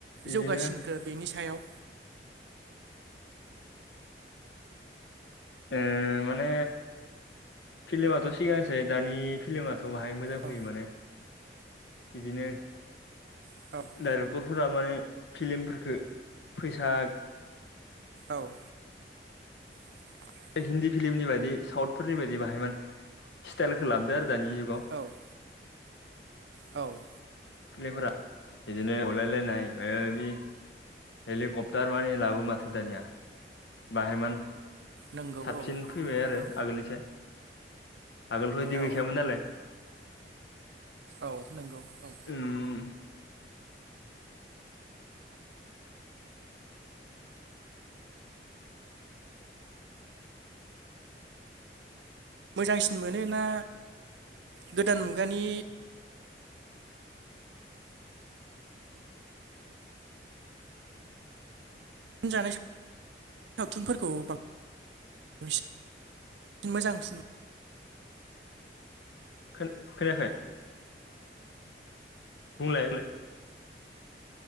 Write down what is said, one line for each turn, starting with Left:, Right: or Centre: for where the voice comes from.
Left: इदिनो
Right: जौगासिनखो बेनि सायाव
Left: ओ माने फिल्माथ' सिगांसै दानि फिल्माथ' थ' बाहाय मोजां फैयो
Right: औ
Left: माने बिदिनो
Right: <inaudible>
Left: डाइरेक्टरफोरा माने फिलिमफोरखो फैसा
Right: औ। उम।
Left: हिन्दी फिलिमनि बादि साउथफोरनि बायदि बाहाय माने स्टाइलखौ लाबोदो आरो दानि जुगाव।
Right: औ <inaudible> औ।
Left: फिलिमफोरा बिदिनो हलायलायनाय ओ माबा माबि हेलकप्टार माने लाबो माथो दानिया बाहेन मान
Right: नंगौ
Left: साबसिन
Right: औ
Left: फैबाय आरो
Right: औ
Left: आगोलनिसाय। आगोलथ' बिदि
Right: औ
Left: गैखायामोन नालाय।
Right: औ नंगौ औ।
Left: उम।
Right: मोजांसिन मोनोना गोदान मुगानि जानाय साव <inaudible> सावथुनफोरखौ बां सिन मोजांसिन मोनो
Left: <inaudible> खोन खोनायाखै? बुंलाय बुंलाय।